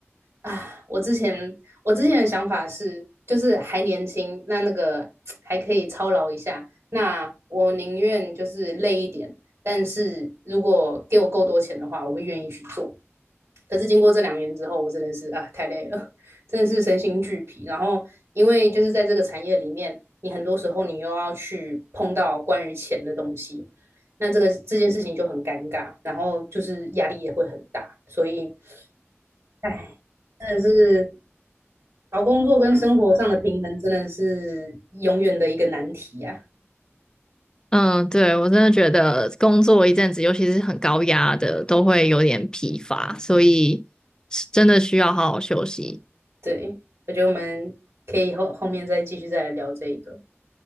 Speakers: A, on the right; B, on the left.
A: 啊，我之前我之前的想法是，就是还年轻，那那个还可以操劳一下，那我宁愿就是累一点，但是如果给我够多钱的话，我会愿意去做。可是经过这两年之后，我真的是啊太累了，真的是身心俱疲。然后因为就是在这个产业里面，你很多时候你又要去碰到关于钱的东西，那这个这件事情就很尴尬，然后就是压力也会很大，所以哎，真的是找工作跟生活上的平衡真的是永远的一个难题呀、
B: 嗯，对，我真的觉得工作一阵子，尤其是很高压的，都会有点疲乏，所以是真的需要好好休息。
A: 对，我觉得我们可以后后面再继续再来聊这一个。